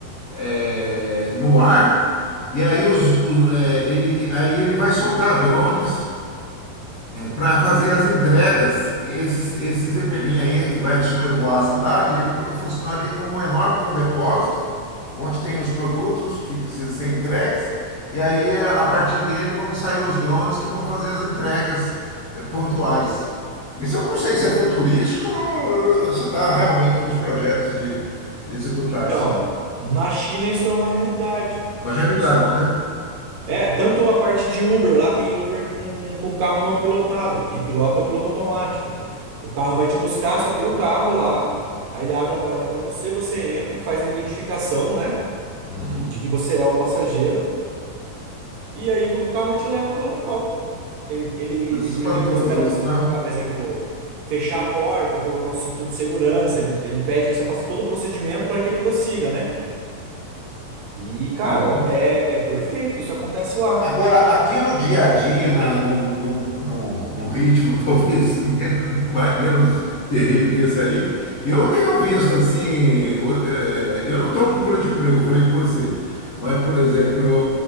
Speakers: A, on the left; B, on the right.
A: é, no ar. E aí, os, os- é, ele, aí ele vai soltar drones para fazer as entregas, esse, esse Zeppelin aí que vai sobrevoar a cidade, ele co- funcionaria como um enorme de um depósito, onde tem os produtos que precisam ser entregues, e aí a partir dele vão sair os drones que vão fazer as entregas eh, pontuais. Isso eu não sei se é futurístico ou eh, se está realmente nos projetos de, de executar
B: Então,
A: isso.
B: na China isso é uma realidade.
A: É Uma
B: Na China
A: realidade,
B: isso é uma...
A: né?
B: É, tanto a parte de Uber, lá tem Uber com, com um carro não pilotado. Quem pilota é o piloto automático. O carro vai te buscar, só tem o carro lá. Aí ele abre a porta para você, você entra, faz a identificação, né,
A: Uhum.
B: de que você é o passageiro. E aí o carro te leva até o local. Ele, ele,
A: Muito
B: ele
A: espantoso
B: primeiro espera
A: isso,
B: você
A: né?
B: colocar, exemplo, fechar a porta, colocar o cinto de segurança. Ele, ele pede que você faça todo o procedimento para que ele prossiga, né? E, cara,
A: Sim.
B: é, é perfeito. Isso acontece lá.
A: Agora, aqui no dia a dia, na, num, num, num, num ritmo <laughs> talvez menos, mais- menos terrível que esse aí, eu tenho visto assim, o- eh, eu não estou à procura de emprego, eu falei para você, mas, por exemplo, eu,